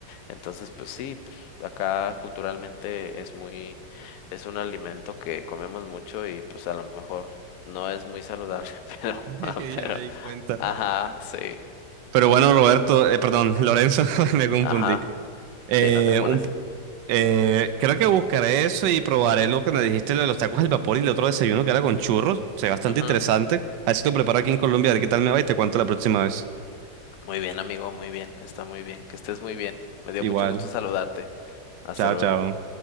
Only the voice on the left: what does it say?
Entonces, pues sí, pues acá culturalmente es muy, es un alimento que comemos mucho y pues a lo mejor no es muy saludable, <laughs> pero,
pero
Ajá, sí,
ajá,
sí, no te apures.
Ujú,
Muy bien, amigo, muy bien, está muy bien, que estés muy bien. Me dio
mucho gusto saludarte. Hasta
luego.